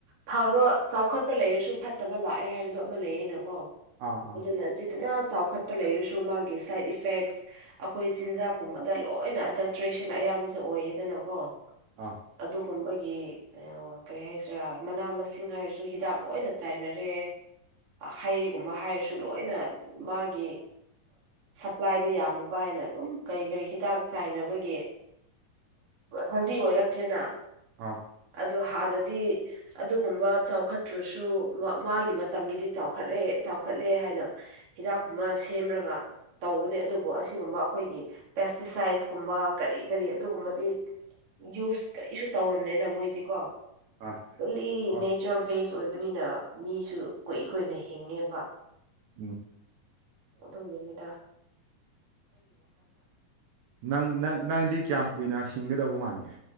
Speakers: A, on the right (about 50°); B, on the right (about 70°).
A: ꯐꯕ ꯆꯥꯎꯈꯠꯄ ꯂꯩꯔꯁꯨ ꯐꯠꯇꯕ ꯂꯥꯛꯑꯦ ꯍꯥꯏꯕꯗꯣ ꯑꯃ ꯂꯩꯌꯦꯅꯀꯣ
B: ꯑꯥ ꯑꯥ
A: ꯑꯗꯨꯅ ꯠꯇꯅ ꯆꯥꯎꯈꯠꯄ ꯂꯩꯔꯁꯨ ꯃꯥꯒꯤ ꯁꯥꯏꯠ ꯏꯐꯦꯛꯁ ꯑꯩꯈꯣꯏ ꯆꯤꯟꯖꯥꯛꯀꯨꯝꯕꯗ ꯂꯣꯏꯅ ꯑꯗꯜꯇ꯭ꯔꯦꯁꯟ ꯑꯌꯥꯝꯕꯁꯨ ꯑꯣꯏꯌꯦꯗꯅꯀꯣ
B: ꯑꯥ
A: ꯑꯗꯨꯒꯨꯝꯕꯒꯤ ꯀꯔꯤ ꯍꯥꯏꯁꯤꯔꯥ ꯃꯅꯥ ꯃꯁꯤꯡ ꯍꯥꯏꯔꯁꯨ ꯍꯤꯗꯥꯛ ꯂꯣꯏꯅ ꯆꯥꯏꯅꯔꯦ꯫ ꯍꯩꯒꯨꯝꯕ ꯍꯥꯏꯔꯁꯨ ꯂꯣꯏꯅ ꯃꯥꯒꯤ ꯄ꯭ꯂꯥꯏꯗꯨꯣ ꯌꯥꯝꯂꯅꯕ ꯍꯥꯏꯅ ꯎꯝ ꯀꯔꯤ ꯀꯔꯤ ꯍꯤꯗꯥꯛ ꯆꯥꯏꯅꯕꯒꯤ ꯍꯦꯜꯗꯤ ꯑꯣꯏꯔꯛꯇ꯭ꯔꯦꯅ
B: ꯑꯥ
A: ꯑꯗꯣ ꯍꯥꯟꯅꯗꯤ꯫ ꯑꯗꯨꯒꯨꯝꯕ ꯆꯥꯎꯈꯠꯇ꯭ꯔꯁꯨ ꯃꯥꯒꯤ ꯃꯇꯝꯒꯤꯗꯤ ꯆꯥꯎꯈꯠꯂꯦ ꯆꯥꯎꯈꯠꯂꯦ ꯍꯥꯏꯅ ꯍꯤꯗꯥꯛꯀꯨꯝꯃ ꯁꯦꯝꯔꯒ ꯇꯧꯕꯅꯦ ꯑꯗꯨꯕꯨ ꯑꯁꯤꯒꯨꯝꯕ ꯑꯩꯈꯣꯏꯒꯤ ꯄꯦꯁꯇꯤꯁꯥꯏꯠꯁꯀꯨꯝꯕ ꯀꯔꯤ ꯀꯔꯤ ꯑꯗꯨꯒꯨꯝꯕꯗꯤ꯫ ꯌꯨꯁ ꯀꯔꯤꯁꯨ ꯇꯧꯔꯝꯅꯤꯅ ꯃꯣꯏꯗꯤꯀꯣ
B: ꯑꯥ
A: ꯂꯤ
B: ꯍꯣꯏ
A: ꯅꯦꯆꯔ ꯕꯦꯁ ꯑꯣꯏꯕꯅꯤꯅ ꯃꯤꯁꯨ ꯀꯨꯏ ꯀꯨꯏꯅ ꯍꯤꯡꯉꯦꯕ
B: ꯎꯝ
A: ꯑꯗꯨꯝꯒꯤꯅꯤꯗ
B: ꯅꯪꯪ ꯅꯪꯗꯤ ꯀꯌꯥꯝ ꯀꯨꯏꯅ ꯁꯤꯡꯒꯗꯧꯕ ꯃꯥꯟꯒꯦ꯫